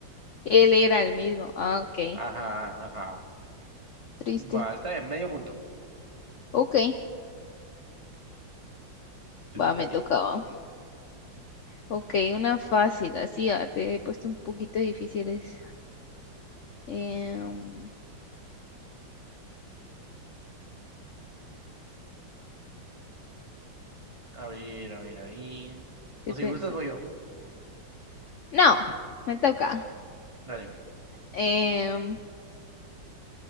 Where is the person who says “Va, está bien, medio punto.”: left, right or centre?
Right